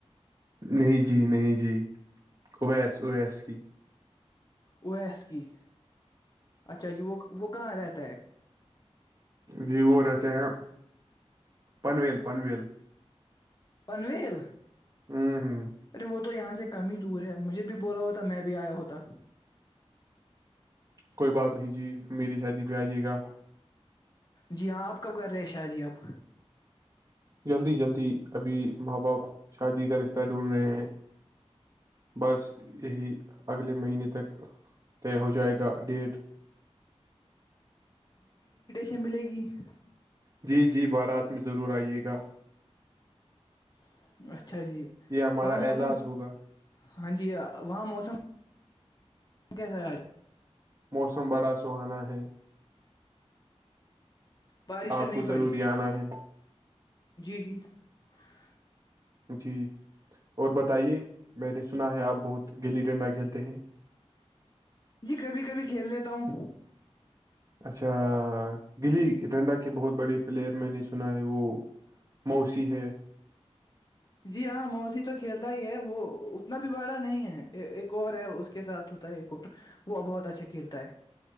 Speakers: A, on the right; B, on the left.
A: نہیں جی جی نہیں جی اویس اویس کی
B: او ایس کیی <unintelligible> اچھا جی وہ وہ کہاں رہتا ہے <unintelligible>
A: جی وہ رہتے ہیں پنویل پنویل
B: پنویل <unintelligible>
A: ہوں ہوں
B: ارے وہ تو یہاں سے کم دور ہے مجھے بھی بولا ہوتا میں بھی آیا ہوتا
A: کوئی بات نہیں جی میری شادی پہ آ جے گا
B: جی ہاں آپ کب کر رہے ہیں شادی اب
A: جلدی جلدی ابھی ماں باپ شادی کا رشتہ ڈھونڈھ رہے ہیں بس یہی اگلے مہینے تک طے ہو جائے گا ڈیٹ
B: چ ملے گی <unintelligible>
A: جی جی بارات میں ضرور آئیے گا
B: اچھا <unintelligible> اچھا جی
A: یہ ہمارا
B: وہاں موسم
A: اعزاز ہوگا
B: ہاں جی وہاں موسم کیسا ہے آج
A: موسم بڑا سہانا ہے
B: بارشیں
A: آپ
B: نہیں
A: کو ضروری
B: پڑی
A: آنا ہے
B: جی جی <unintelligible>
A: جی اور بتائیے میں نے سنا ہے آپ بہت گلی ڈنڈا کھیلتے ہیں
B: جی کبھی کبھی کھیل لیتا ہوں
A: اچھا گلی ڈنڈا کے بہت بڑے پلیئر میں نے سنا ہے وہ موسی ہے
B: جی ہاں موسیی تو کھیلتا ہی ہے وہ اتنا بھی باڑا نہیں ہے ایک اور ہے اس کے ساتھ ہوتا ہے ایک اور وہ بہت اچھا کھیلتا ہے